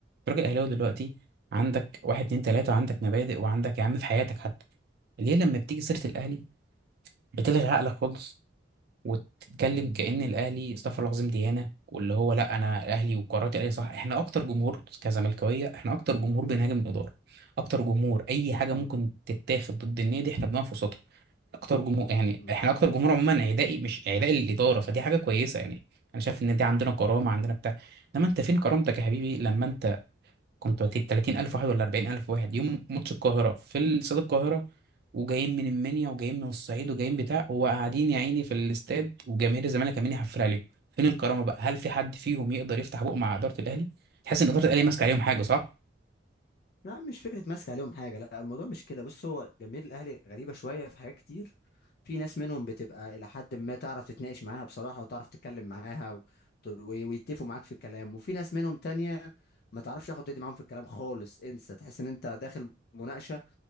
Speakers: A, on the right; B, on the left.
A: راجل اهلاوي دلوقتي عندك واحد اتنين تلاتة عندك مبادئ وعندك يا عم في حياتك حتى ليه لما بتيجي سيرة الأهلي بتلغي عقلك خالص وتتكلم كأن
B: مم.
A: الأهلي استغفر الله العظيم ديانة واللي هو لا أنا الأهلي وقراراتي الأهلي صح إحنا أكتر جمهور كزملكاوية إحنا أكتر جمهور بنهاجم الإدارة أكتر جمهور أي حاجة
B: مم.
A: ممكن تتاخد ضد النادي إحنا بنقف وسطها أكتر جمهور يعني
B: مم.
A: إحنا أكتر جمهور عموما عدائي مش عدائي للإدارة فدي حاجة كويسة يعني أنا شايف إن دي عندنا كرامة عندنا بتاع إنما أنت فين كرامتك يا حبيبي لما أنت كنت 30 ألف واحد ولا 40 ألف واحد يوم ماتش القاهرة في استاد القاهرة وجايين من المنيا وجايين من الصعيد وجايين بتاع وقاعدين يا عيني في الاستاد وجماهير الزمالك عمالين يحفل عليهم فين الكرامة بقى هل في حد فيهم يقدر يفتح بقه مع إدارة الأهلي تحس إن إدارة الأهلي ماسكة عليهم حاجة صح
B: لا مش فكرة ماسك عليهم حاجة لا الموضوع مش كده بص هو جماهير الأهلي غريبة شوية في حاجات كتير في ناس منهم بتبقى إلى حد ما تعرف تتناقش معاها بصراحة وتعرف تتكلم معاها و... و- ويتفقوا معاك في الكلام وفي ناس منهم تانية ما تعرفش ياخد تدي معاهم في الكلام خالص انسى تحس ان انت داخل مناقشة